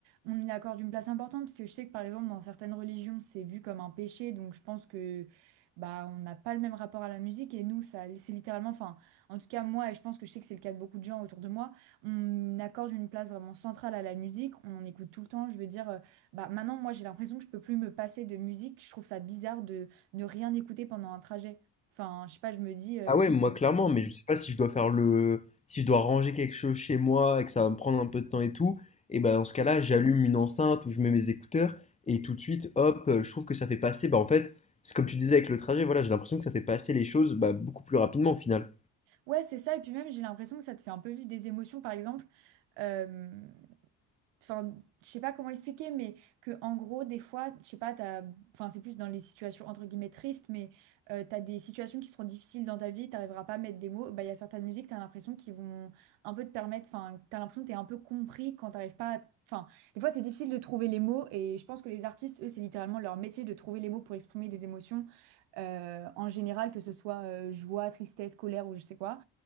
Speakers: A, on the right (about 80°); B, on the left (about 15°).
A: on y accorde une place importante parce que je sais que par exemple, dans certaines religions, c'est vu comme un péché, donc je pense que bah on n'a pas le même rapport à la musique et nous, ça, c'est littéralement, enfin, en tout cas moi, et je pense que je sais que c'est le cas de beaucoup de gens autour de moi, on accorde une place vraiment centrale à la musique, on en écoute tout le temps. Je veux dire, euh, bah maintenant, moi, j'ai l'impression que je peux plus me passer de musique. Je trouve ça bizarre de ne rien écouter pendant un trajet. Enfin, je sais pas, je me dis. euh,
B: Ah ouais, moi clairement, mais je sais pas si je dois faire le, si je dois ranger quelque chose chez moi et que ça va me prendre un peu de temps et tout, et ben dans ce cas-là, j'allume une enceinte ou je mets mes écouteurs et tout de suite, hop, euh, je trouve que ça fait passer, bah en fait, c'est comme tu disais avec le trajet, voilà, j'ai l'impression que ça fait passer les choses bah, beaucoup plus rapidement au final.
A: Ouais, c'est ça. Et puis même, j'ai l'impression que ça te fait un peu vivre des émotions, par exemple. euh, Enfin, je sais pas comment expliquer, mais que en gros, des fois, je sais pas, t'as... Enfin, c'est plus dans les situations entre guillemets tristes, mais euh, t'as des situations qui seront difficiles dans ta vie, t'arriveras pas à mettre des mots. Bah, il y a certaines musiques, t'as l'impression qu'ils vont un peu te permettre. Enfin, t'as l'impression que t'es un peu compris quand t'arrives pas. à- Enfin, des fois, c'est difficile de trouver les mots, et je pense que les artistes, eux, c'est littéralement leur métier de trouver les mots pour exprimer des émotions euh, en général, que ce soit euh, joie, tristesse, colère ou je sais quoi.